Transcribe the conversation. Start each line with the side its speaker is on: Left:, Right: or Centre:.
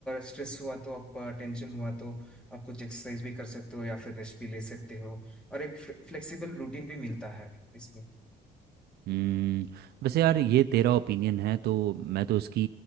Centre: स्ट्रेस हुआ तो आप टेंशन हुआ तो आप कुछ एक्सरसाइज भी कर सकते हो या फिर रेस्ट भी ले सकते हो और एक फ्लेक्सिबल रूटीन भी मिलता है इसमें
Right: हम्म वैसे यार ये तेरा ओपिनियन है तो मैं तो इसकी